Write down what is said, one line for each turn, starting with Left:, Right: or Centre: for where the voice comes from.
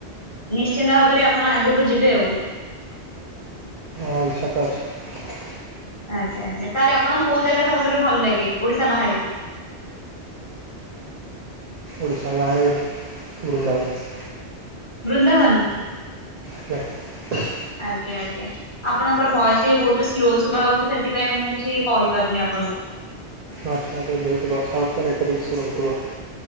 Left: ନିଶ୍ଚିନ୍ତ ଭାବରେ ଆପଣ ଆଗକୁ ଯିବେ ଆଉ।
Right: ହଁ ଇଚ୍ଛା ତ ଅଛି।
Left: ଆଜ୍ଞା ଆଜ୍ଞା ତାହେଲେ ଆପଣଙ୍କୁ କୋଉ ଜାଗା, ସବୁଠାରୁ ଭଲ ଲାଗେ ଓଡିଶା ବାହାରେ?
Right: ଓଡ଼ିଶା ବାହାରେ <unintelligible>
Left: ବୃନ୍ଦାବନ।
Right: <unintelligible>
Left: ଆଜ୍ଞା ଆଜ୍ଞା ଆପଣଙ୍କର ଭଏସ ଟିକେ ବହୁତ ସ୍ଲୋ ଶୁଭା ହଉଛି, ସେଥିପାଇଁ ମୁଁ କିଛି କହିପାରୁନି ଆପଣଙ୍କୁ।
Right: ଆଛ ଯେହେତୁ ବର୍ଷା ହେଉଥିବ ନେଟୱାର୍କ ବେଶି ରହୁଥିବ।